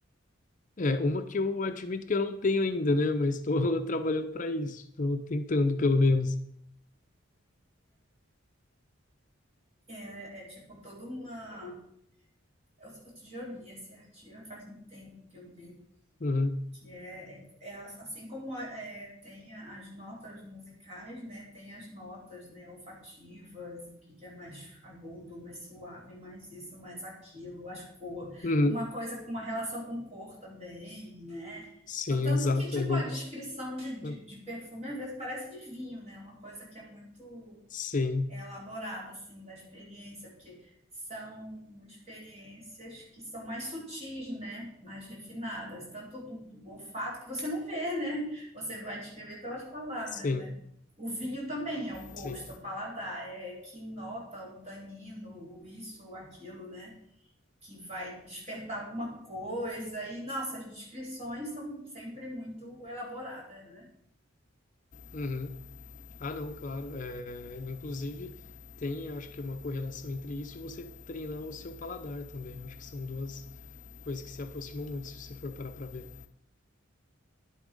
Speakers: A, on the left (about 40°); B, on the right (about 30°).
A: É, uma que eu admito que eu não tenho ainda, né? Mas estou <laughs> trabalhando para isso. Estou tentando, pelo menos.
B: É é tipo toda uma. eu- Outro dia eu li esse artigo, faz muito tempo que eu li
A: Uhum.
B: que é, é, é as- assim como a- é, tem a- as notas musicais, né? Tem as notas, né, olfativas, o que, que é mais agudo, mais suave, mais isso, mais aquilo, as cor,
A: Uhum.
B: uma coisa com uma relação com cor também, né?
A: Sim,
B: T- Tanto
A: exato.
B: que, tipo,
A: É igual
B: a descrição
A: você.
B: de, de,
A: Uhum.
B: de perfume às vezes parece de vinho, né? Uma coisa que é muito
A: Sim,
B: elaborada assim da experiência, porque são experiências que são mais sutis, né? Mais refinadas, tanto do, do olfato que você não vê, né? Você vai descrever pelas palavras,
A: sim,
B: né? O vinho também é o gosto,
A: sim.
B: o paladar, é que nota o tanino, o isso, o aquilo, né? Que vai despertar alguma coisa. E, nossa, as descrições são sempre muito elaboradas, né?
A: Uhum. Ah, não, claro. É, inclusive, tem, acho que, uma correlação entre isso e você treinar o seu paladar também. Acho que são duas coisas que se aproximam muito, se você for parar para ver.